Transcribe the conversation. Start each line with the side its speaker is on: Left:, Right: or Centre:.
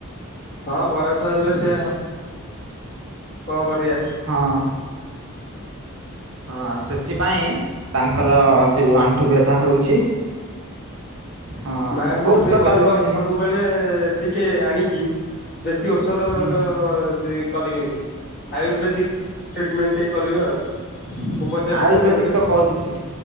Left: ହଁ ବୟସ ହେଲେ ସେଇଆ ହ କଁ କରିଆ।
Right: ହଁ ହଁ ସେଥିପାଇଁ ତାଙ୍କର ସେ ଯୋଉ ଆଣ୍ଠୁ ବ୍ୟାଥା ହଉଛି। ହଁ
Left: ମାଆଙ୍କୁ
Right: ବହୁତ
Left: ଟିକେ
Right: ପ୍ରକାରର
Left: କହିବ ସବୁ
Right: ମେଡି
Left: ସବୁବେଳେ ଟିକେ ଆଣିକି ବେଶୀ ଔଷଧର
Right: ହୁଁ
Left: ଯେ କରିବେନି। ଆୟୁର୍ବେଦିକ୍ ଟ୍ରିଟମେଣ୍ଟ ଟିକେ କରିବେ ଆଉ। ଉପଚାର
Right: ଆୟୁର୍ବେଦିକ
Left: ଟିକେ କରିବେ
Right: ତ
Left: ଆଉ।
Right: କରୁଛି